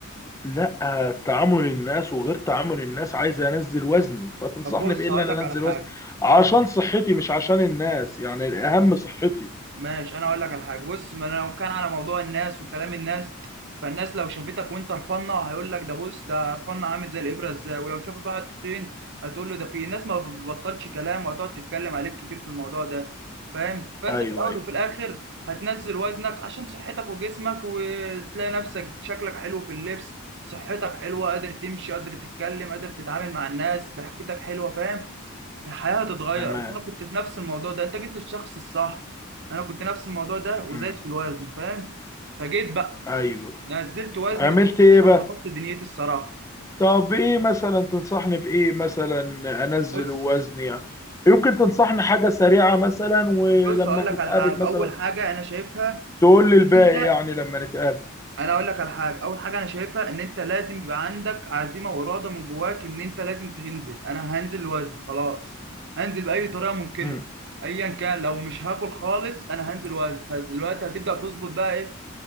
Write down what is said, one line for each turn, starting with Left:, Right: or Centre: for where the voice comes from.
Left: لا تعامل الناس وغير تعامل الناس عايز انزل وزني فتنصحني
Right: طب بص
Left: بايه اللي
Right: هقول
Left: انا
Right: لك على
Left: انزل
Right: حاجه
Left: وزني عشان
Right: هقول لك
Left: صحتي مش عشان الناس يعني الاهم صحتي
Right: ماشي انا اقول لك على حاجه بص ما انا لو كان على موضوع الناس وكلام الناس فالناس لو شافتك وانت رفنه هيقول لك ده بص ده رفنه عامل زي الابره ازاي ولو شافت واحد تخين هتقول له ده في الناس ما بتبطلش كلام وهتقعد تتكلم عليك كتير في الموضوع ده فاهم فانت
Left: ايوه
Right: في الاول
Left: ايوه
Right: وفي الاخر هتنزل وزنك عشان صحتك وجسمك وتلاقي نفسك شكلك حلو في اللبس صحتك حلوه قادر تمشي قادر تتكلم قادر تتعامل مع الناس ضحكتك حلوه فاهم الحياة هتتغير
Left: تمام
Right: أصل أنا كنت في نفس الموضوع ده أنت جيت للشخص الصح أنا كنت نفس الموضوع ده وزايد
Left: مم.
Right: في الوزن فاهم فجيت بقى
Left: ايوه
Right: نزلت وزن
Left: عملت
Right: ده
Left: ايه بقى
Right: وظبطت دنيتي الصراحة
Left: طب ايه مثلا تنصحني بايه مثلا انزل
Right: بص
Left: وزني يمكن تنصحني حاجة سريعة مثلا ولما
Right: بص أقول لك
Left: نتقابل
Right: على حاجة
Left: مثلا
Right: أول حاجة أنا شايفها
Left: تقول لي الباقي
Right: إن أنت
Left: يعني لما نتقابل
Right: أنا أقول لك على حاجة أول حاجة أنا شايفها إن أنت لازم يبقى عندك عزيمة وإرادة من جواك إن أنت لازم تنزل أنا هنزل وزن خلاص هنزل بأي طريقة ممكنة
Left: مم.
Right: أيا كان لو مش هاكل خالص أنا هنزل وزن فدلوقتي هتبدأ تظبط بقى إيه